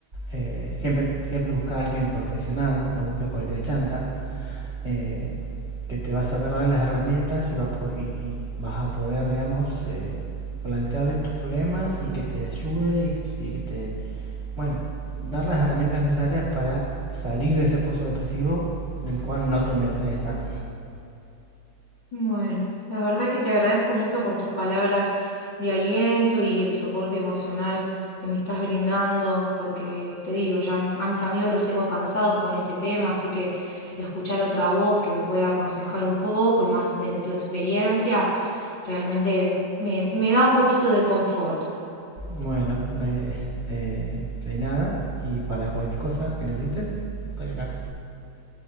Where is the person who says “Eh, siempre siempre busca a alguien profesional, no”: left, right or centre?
Right